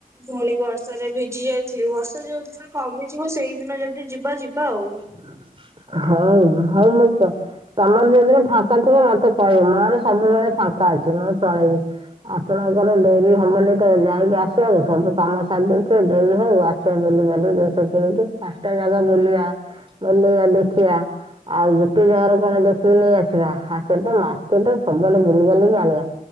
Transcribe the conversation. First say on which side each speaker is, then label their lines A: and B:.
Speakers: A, on the right; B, on the right.
A: ପୁଣି ବର୍ଷା ରେ ଭିଜି ଯାଇଥିଲି ବର୍ଷା ଯୋଉ ଦିନ କମିଯିବ ସେଇଦିନ ଯଦି ଯିବା ଯିବା ଆଉ।
B: <unintelligible> ହଉ ହଉ ମ ତମର ଯୋଉଦିନ ଫାଙ୍କା ଥିବ ମତେ କହିବି ମୋର ସବୁବେଳେ ଫାଙ୍କା ଅଛି ମୁଁ ପଳେଇବି। ଆପଣଙ୍କର ଡେରି ହବନି ତ ଯାଇକି ଆସିବା କୁ ସବୁ କାମ ସାରିଦେଇଥିବେ ଡେରି ହଉ ଆସ। ସବୁ ବୁଲିବାଲି କି ଡ୍ରେସ କିଣିକି ପାଞ୍ଚଟା ଜାଗା ବୁଲିବା ବୁଲେଇବା ଦେଖିବା। ଆଉ ଗୋଟେ ଜାଗାରେ କଣ ଦେଖିକି ନେଇ ଆସିବା, ହାକେଟ୍ ମାର୍କେଟ ସବୁଆଡେ ବୁଲି ବାଲିକି ଆଣିବା।